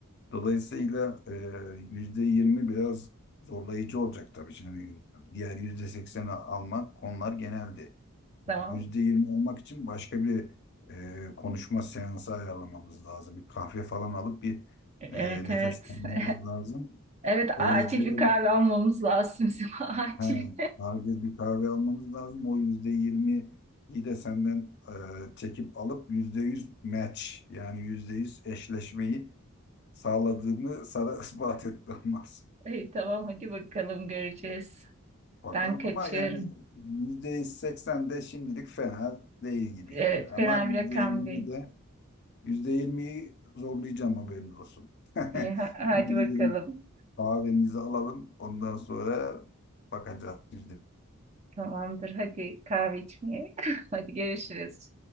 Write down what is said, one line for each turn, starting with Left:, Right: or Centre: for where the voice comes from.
Left: Dolayısıyla e, yüzde yirmi biraz zorlayıcı olacak tabii. Şimdi diğer yüzde sekseni almak konular geneldi.
Right: Tamam.
Left: %20 olmak için başka bir e, konuşma seansı ayarlamamız lazım. Bir kahve falan alıp bir
Right: Evet
Left: e, nefeslenmemiz
Right: evet. <laughs>
Left: lazım.
Right: Evet
Left: O
Right: acil
Left: %20
Right: bir kahve almamız lazım bizim <laughs> acil.
Left: he, acil bir kahve almamız lazım. O %20'yi de senden e, çekip alıp %100 match yani %100 eşleşmeyi sağladığımı sana <laughs> ispat etmem lazım.
Right: İyi tamam hadi bakalım göreceğiz.
Left: Bakalım
Right: Ben kaçıyorum.
Left: ama yani %80 de şimdilik fena değil gibi
Right: Evet
Left: yani. Ama
Right: fena
Left: %20'yi
Right: bir rakam değil.
Left: de Yüzde yirmiyi zorlayacağım haberin olsun. <laughs>
Right: İyi, ha- hadi
Left: Şimdi
Right: bakalım.
Left: gidelim kahvemizi alalım. Ondan sonra bakacağız
Right: Tamamdır hadi kahve içmeye. <laughs> Hadi görüşürüz.